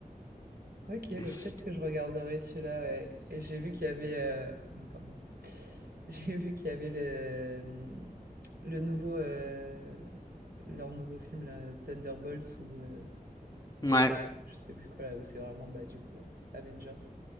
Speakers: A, on the right; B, on the left.
A: Ok,
B: Et
A: bah,
B: c-
A: peut-être que je regarderai celui-là. ouais. Et j'ai vu qu'il y avait. euh, oula, pardon. <laughs> J'ai vu qu'il y avait le, mm, le nouveau. euh, leur nouveau film, là, Thunderbolts, ou. euh,
B: Ouais,
A: je sais plus quoi, là, où c'est vraiment, bah, du coup, euh, Avengers.